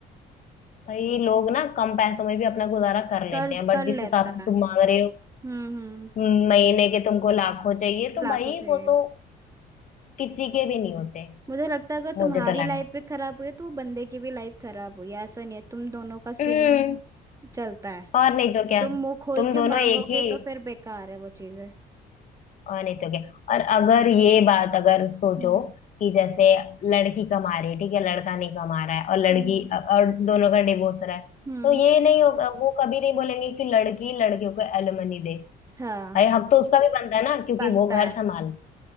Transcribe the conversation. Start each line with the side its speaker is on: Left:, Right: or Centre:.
Left: भाई लोग ना कम पैसों में भी अपना गुजारा कर
Right: कर्ज
Left: लेते हैं बट
Right: कर लेता
Left: जिस हिसाब से
Right: है
Left: तुम मांग रहे हो
Right: हम्म हम्म
Left: हम्म, महीने के तुमको लाखों चाहिए तो
Right: लाखों
Left: भाई
Right: चाहिए
Left: वो तो किसी के भी नहीं होते
Right: मुझे लगता है अगर
Left: मुझे
Right: तुम्हारी
Left: तो लग
Right: लाइफ
Left: रहा
Right: भी खराब हुई है तो वो बंदे की भी लाइफ खराब हुई है ऐसा नहीं है तुम दोनों का सेम
Left: है
Right: चलता है
Left: और नहीं तो क्या
Right: तुम मुंह खोल
Left: तुम
Right: के
Left: दोनों
Right: मांगोगे
Left: एक ही
Right: तो फिर बेकार है वो चीजें
Left: और नहीं तो क्या और अगर ये बात अगर सोचो
Right: हम्म
Left: कि जैसे लड़की कमा रही है ठीक है लड़का नहीं कमा रहा है और लड़की
Right: हम्म
Left: और दोनों का डिवोर्स हो रहा है
Right: हम्म,
Left: तो ये नहीं होगा वो कभी नहीं बोलेंगे कि लड़की लड़कियों को एलिमनी दे
Right: हाँ
Left: भाई हक तो उसका भी बनता है ना क्योंकि
Right: बनता
Left: वो घर
Right: है
Left: संभाल